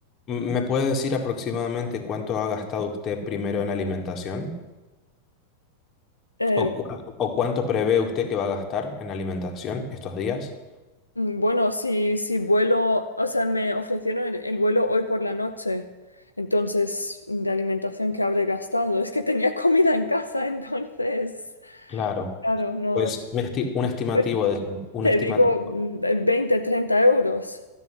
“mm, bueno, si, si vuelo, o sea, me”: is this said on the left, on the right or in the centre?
Left